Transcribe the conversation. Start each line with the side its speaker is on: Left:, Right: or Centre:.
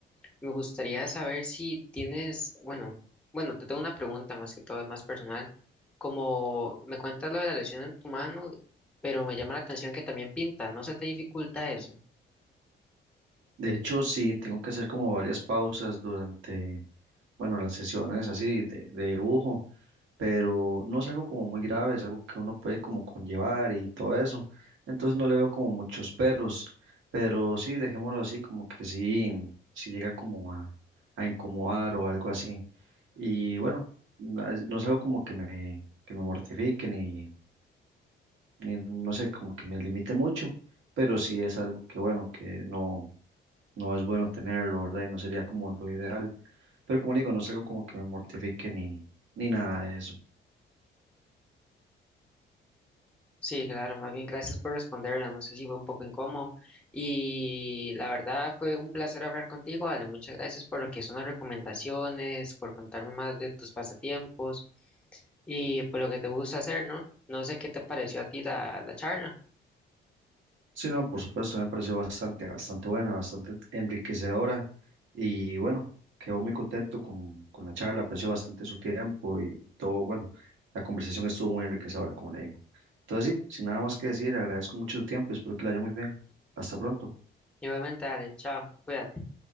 Centre: Me gustaría saber si tienes, bueno, bueno, te tengo una pregunta más que todo, es más personal. Como me cuentas lo de la lesión en tu mano, pero me llama la atención que también pinta, ¿no se te dificulta eso?
Right: De hecho, sí, tengo que hacer como varias pausas durante, bueno, las sesiones así de, de dibujo, pero no es algo como muy grave, es algo que uno puede como conllevar y todo eso. Entonces no le veo como muchos peros, pero sí, dejémoslo así, como que sí, sí llega como a, a incomodar o algo así. Y bueno, no es no es algo como que me, que me mortifique ni, ni, no sé, como que me limite mucho, pero sí es algo que, bueno, que no no es bueno tenerlo, ¿verdad? Y no sería como lo ideal. Pero como le digo, no es algo como que me mortifique ni, ni nada de eso.
Centre: Sí, claro, más bien gracias por responderla, no sé si fue un poco incómodo y la verdad fue un placer hablar contigo, Ale, muchas gracias por lo que son las recomendaciones, por contarme más de tus pasatiempos y por lo que te gusta hacer, ¿no? No sé qué te pareció a ti la, la charla.
Right: Sí, no, por supuesto, me pareció bastante, bastante buena, bastante enriquecedora. Y bueno, quedó muy contento con, con la charla, aprecio bastante su tiempo y todo, bueno, la conversación estuvo muy enriquecedora, como le digo. Entonces, sí, sin nada más que decir, agradezco mucho su tiempo y espero que le haya muy bien. Hasta pronto.
Centre: Nuevamente, Ale, chao, cuídate.